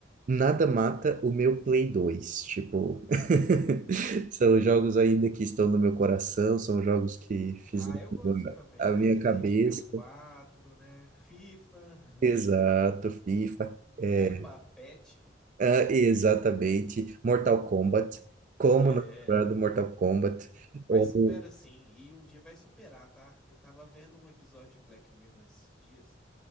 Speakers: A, on the right; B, in the centre.
A: Nada mata o meu Play dois tipo, <laughs> são jogos ainda que estão no meu coração, são jogos que fizeram
B: Ah, eu gosto também,
A: a
B: né?
A: minha
B: Resident
A: cabeça.
B: Evil quatro né? FIFA,
A: Exato,
B: <laughs>
A: FIFA,
B: Bomba
A: é,
B: Pet.
A: Ah, exatamente. Mortal Kombat, como
B: É,
A: não lembrar do Mortal Kombat,
B: mas
A: ou
B: supera sim, e um dia vai superar, tá? Eu tava vendo um episódio de Black Mirror esses dias